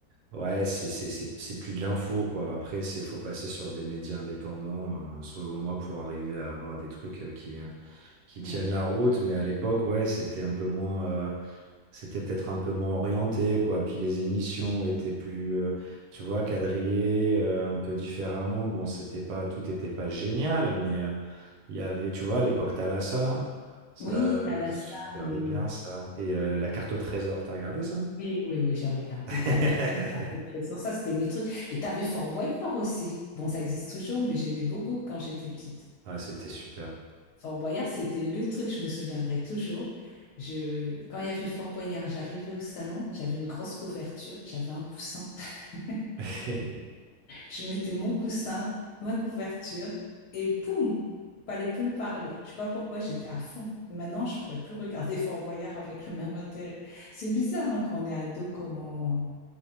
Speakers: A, on the right; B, on the left.
A: ouais, c'est, c'est, c'est, c'est plus de l'info, quoi. Après, c'est, faut passer sur des médias indépendants, euh, selon moi, pour arriver à avoir des trucs euh, qui, euh, qui
B: Mm.
A: tiennent la route, mais à l'époque, ouais, c'était un peu moins, euh, c'était peut-être un peu moins orienté, quoi. Puis les émissions étaient plus, euh, tu vois, quadrillées, euh, un peu différemment. Bon, c'était pas, tout était pas génial, mais euh, il y avait, tu vois, l'époque Thalassa, ça,
B: Oui, Thalassa,
A: je regardais
B: oui.
A: bien ça. Et euh, la carte au trésor, t'as regardé ça?
B: Oui, oui, oui, j'ai regardé
A: <laughs>
B: Thalassa, Arc de Trésor. Ça, c'était mes trucs. Et t'avais Fort Boyard aussi. Bon, ça existe toujours, mais j'aimais beaucoup quand j'étais petite.
A: Ah, c'était super.
B: Fort Boyard, c'était le truc, je me souviendrai toujours. Je... Quand il y avait Fort Boyard, j'arrivais au salon, j'avais une grosse couverture, j'avais un coussin. <laughs> <laughs>
A: <laughs>
B: Je mettais mon coussin, ma couverture, et poum, fallait plus me parler. Je sais pas pourquoi j'étais à fond. Maintenant, je pourrais plus regarder <laughs> Fort Boyard avec le même intérêt. C'est bizarre hein, quand on est ado, comment